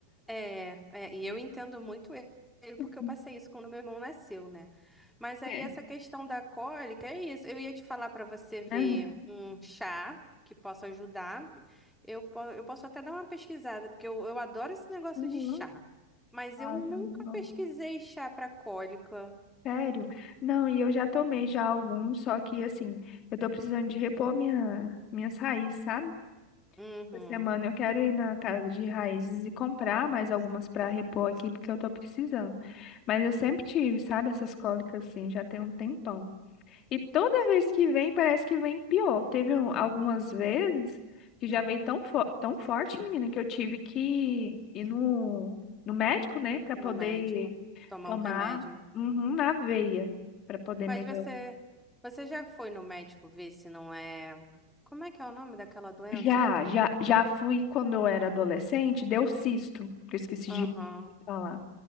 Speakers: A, in the centre; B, on the left.
A: é, é, e eu entendo muito ele,
B: <laughs>
A: porque eu passei isso quando meu irmão nasceu, né? Mas aí
B: É.
A: essa questão da cólica, é isso. Eu ia te falar para você ver
B: Aham.
A: um chá que possa ajudar. Eu, po- eu posso até dar uma pesquisada, porque eu, eu adoro esse negócio
B: Uhum.
A: de chá. Mas
B: Ah,
A: eu nunca
B: tá bom.
A: pesquisei chá para cólica,
B: Sério? Não, e eu já tomei já alguns, só que assim, eu tô precisando de repor minha, minhas raízes, sabe?
A: Uhum,
B: Essa semana eu quero ir na casa de raízes e comprar mais algumas pra repor aqui, porque eu tô precisando. Mas eu sempre tive, sabe, essas cólicas assim, já tem um tempão. E toda vez que vem, parece que vem pior. Teve um- algumas vezes que já veio tão, fo- tão forte, menina, que eu tive que ir no, no médico, né, Pra
A: no
B: poder
A: médico, tomar
B: Tomar
A: um remédio.
B: uhum, na veia para poder
A: Mas
B: melhorar.
A: você, você já foi no médico ver se não é. Como é que é o nome daquela doença
B: Já,
A: que todo,
B: já, já fui quando eu era adolescente, deu cisto, que eu esqueci
A: Aham.
B: de falar.